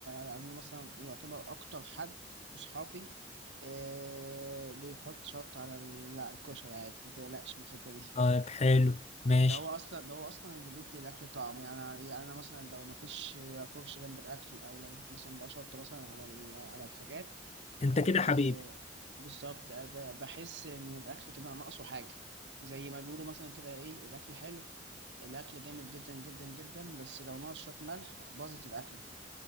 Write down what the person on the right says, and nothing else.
يعني انا مثلا يعتبر اكتر حد في صحابي آه بيحط شطه على ال- لا الكشري عادي ما تقلقش من الحته دي
ده هو اصلا ده هو اصلا اللي بيدي الاكل طعم يعني يعني انا مثلا لو ما فيش فرش جنب الاكل او لو مثلا بقى شطه مثلا على ال- على الحاجات
آه،
بالظبط آه، ب- بحس ان الاكل كده ناقصه حاجه زي ما بيقولوا مثلا كده ايه الاكل حلو الاكل جامد جدا جدا جدا بس لو ناقص شويه ملح باظت الاكل